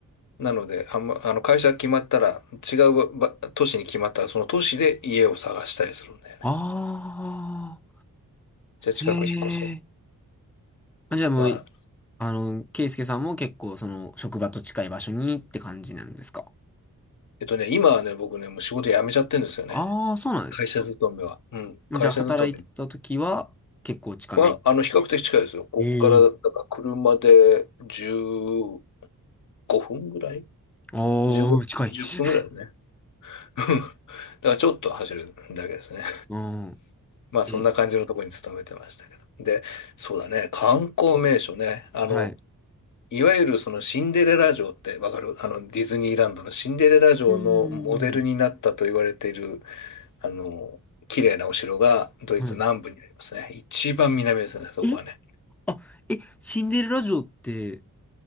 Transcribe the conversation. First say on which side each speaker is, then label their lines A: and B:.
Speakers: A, on the left (about 60°); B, in the centre.
A: なので、あんま、あの、会社が決まったら、違うば都市に決まったら、その都市で家を探したりするんだよね。
B: あ
A: じゃあ近く引っ越そう。
B: あ、へえ。あ、じゃあもう、
A: まあ、
B: あの、ケイスケさんも結構その職場と近い場所にって感じなんですか
A: えっとね、今はね、僕ね、もう仕事辞めちゃってるんですよね。
B: ああー、そうなんですか。
A: 会社勤めは。うん、会社勤め
B: じゃあ働いてた時は結構近めに。
A: は、あの、比較的近いですよ。こっから、
B: ええ。
A: だから車で15分ぐらい
B: ああ、
A: ?15 分、
B: 近い。
A: 20分ぐらいだね。
B: <laughs>
A: <laughs> だからちょっと走るだけですね。
B: うん。
A: まあそんな感じのところに勤めてましたけど。
B: え、
A: で、そうだね、観光名所ね。あの、
B: はい。
A: いわゆるそのシンデレラ城ってわかるあのディズニーランドのシンデレラ城のモデルになったと言われている、
B: うーん。
A: あの、綺麗なお城がドイツ南部にありますね。
B: はい。
A: 一番南ですね、そこはね。
B: え、あ、え、シンデレラ城って、